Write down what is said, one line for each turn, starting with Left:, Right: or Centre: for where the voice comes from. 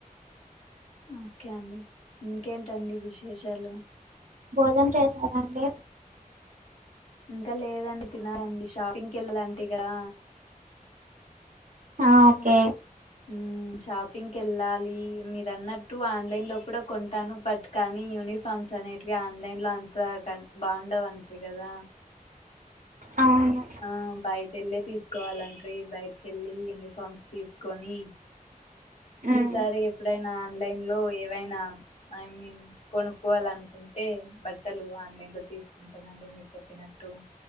Left: ఓకే అండి ఇంకేంటండి విశేషాలు
Right: భోజనం చేసారాండి
Left: ఇంకా లేదండి తినాలండి షాపింగ్కి వెళ్ళాలంటే ఇ కదా
Right: ఆ ఓకే
Left: హల్ హ్మ్ షాపింగ్కి వెళ్ళాలి మీరు అన్నట్టు ఆన్లైన్ లో కూడా కొంటాను బట్ కానీ యూనిఫార్మ్స్ అనేటివి ఆన్లైన్ లో అంతా <unintelligible> బాగుండవి అంటారు కదా
Right: అవును
Left: ఆ బయట ఎళ్ళే తీసుకోవాలాంట్రీ బయటికి ఎళ్ళి యూనిఫార్మ్స్ తీసుకొని
Right: ఉమ్
Left: ఈసారి ఎప్పుడైనా ఆన్లైన్ లో ఏవైనా ఐ మీన్ కొనుక్కోవాలనుకుంటే బట్టలు ఆన్లైన్ లో తీసుకుంటానండి మీరు చెప్పినట్ టు